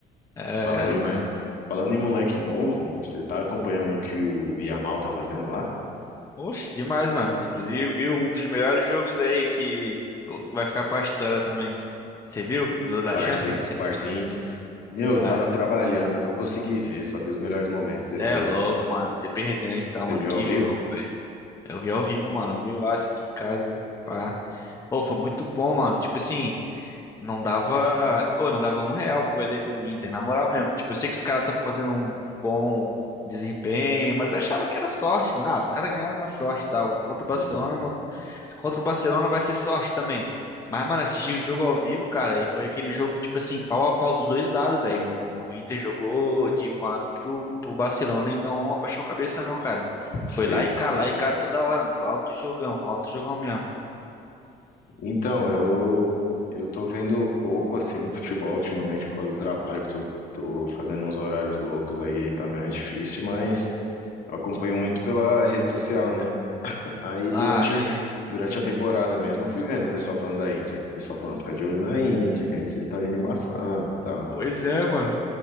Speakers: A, on the left; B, on the left.
A: É,
B: Mala demais.
A: mano.
B: Falando em moleque novo, você tá acompanhando o que o Yamal tá fazendo lá?
A: Oxe, demais, mano. Inclusive, viu um dos melhores jogos aí que que vai ficar pra história também. Você viu? Do da
B: Barça,
A: Champions?
B: Barça e Inter. Meu,
A: Ah,
B: eu tava trabalhando, eu não consegui ver, só vi os melhores momentos
A: você
B: depois.
A: é louco, mano. Você perdeu então,
B: Você
A: mano.
B: viu
A: Que
B: ao vivo?
A: jogo. Eu vi ao vivo, mano, ao vivaço aqui em casa, pá. Ô, foi muito bom, mano. Tipo assim, não dava, ô, não dava um real pro elenco do Inter, na moral mesmo. Tipo, eu sei que os caras estão fazendo um, um bom desempenho, mas eu achava que era sorte, mano. Ah, os caras ganharam na sorte e tal. Contra o Barcelona,
B: uhum.
A: não, Contra o Barcelona vai ser sorte também. Mas, mano, assisti o jogo ao vivo, cara, e foi aquele jogo, que, tipo assim, pau a pau dos dois lados, velho. O Inter jogou de mano pro, pro Barcelona e não abaixou a cabeça, não, cara.
B: Sei.
A: Foi lá e cá, lá e cá toda hora, mano. Foi alto jogão, alto jogão mesmo.
B: Então, eu eu tô vendo pouco assim futebol ultimamente por causa do trabalho que tô, tô fazendo uns horários loucos aí, aí tá mais difícil, mas eu acompanho muito pela rede social, né? Aí durante,
A: Ah, sim. é.
B: durante a temporada mesmo eu fui vendo o pessoal falando da Inter. O pessoal falando, fica de olho na Inter, que a gente tá vindo embaçado e tal.
A: Pois é, mano.